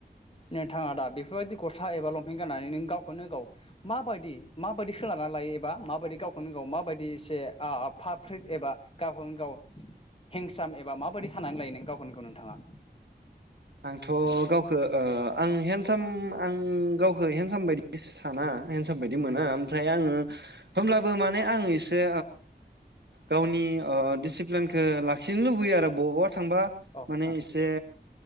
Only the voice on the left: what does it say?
नोंथाङा दा बेफोरबायदि गस्ला एबा लंफेन गाननानै नों गावखौनो गाव माबायदि माबायदि सोलानानै लायो एबा माबायदि गावखौनो गाव माबायदि एसे फाट फ्रिट एबा गावखौनो गाव हेंसाम एबा माबायदि साननानै लायो नों गावखौनो गाव नोंथाङा?
औ
नोंथां